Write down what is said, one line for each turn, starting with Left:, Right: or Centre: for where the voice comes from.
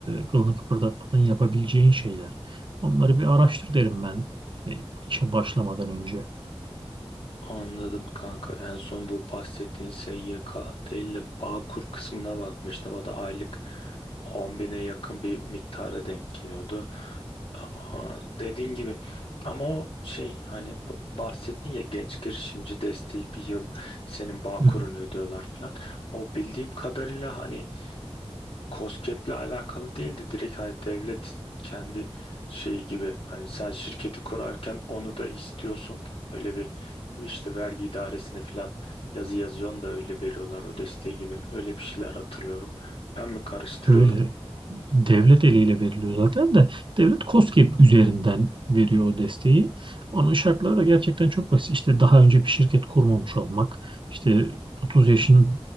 Right: kılını kıpırdatmadan yapabileceğin şeyler. Onları bir araştır derim ben e, işe başlamadan önce.
Left: Anladım kanka. En son bu bahsettiğin SYK değil de Bağkur kısmına bakmıştım. O da aylık 10 bine yakın bir miktara denk geliyordu. Ama dediğin gibi ama o şey hani b- bahsettin ya genç girişimci desteği bir yıl senin Bağkur'unu
Right: Hı,
Left: ödüyorlar falan. O bildiğim kadarıyla hani KOSGEB'le alakalı değildi. Direkt hani devlet kendi şeyi gibi hani sen şirketi kurarken onu da istiyorsun. Öyle bir işte vergi idaresine falan yazı yazıyorsun da öyle veriyorlar o desteği gibi. Öyle bir şeyler hatırlıyorum. Ben mi karıştırıyorum?
Right: Şöyle Devlet eliyle veriliyor zaten de devlet KOSGEB üzerinden veriyor o desteği. Onun şartları da gerçekten çok basit. İşte daha önce bir şirket kurmamış olmak, işte 30 yaşını